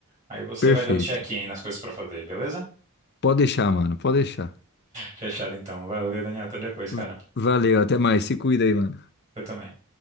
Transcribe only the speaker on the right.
Aí você
vai dando check-in aí nas coisas pra fazer, beleza?
Fechado então. Valeu, Daniel, até depois, cara.
Você também.